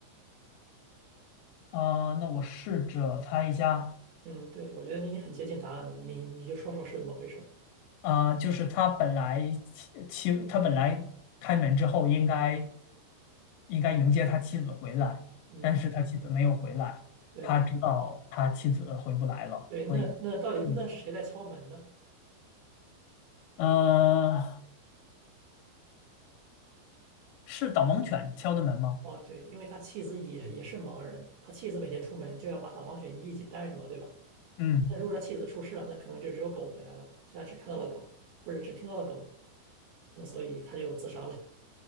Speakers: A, on the left; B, on the right.
A: 啊，那我试着猜一下，
B: 嗯，对，我觉得你已经很接近答案了，你你就说说是怎么回事，
A: 啊，就是他本来妻妻他本来开门之后应该应该迎接他妻子回来，
B: 嗯，
A: 但是他妻子没有回来，
B: 对。
A: 他知道他妻子回不来了，
B: 对，那那到底那是谁在敲门呢？
A: 所以，嗯，呃，是导盲犬敲的门吗？
B: 哦，对，因为他妻子也也是盲人，他妻子每天出门就要把导盲犬一起带着嘛，对吧？
A: 嗯。
B: 那如果他妻子出事了，那可能就只有狗回来了，所以他只看到了狗，不是只听到了狗，那所以他就自杀了。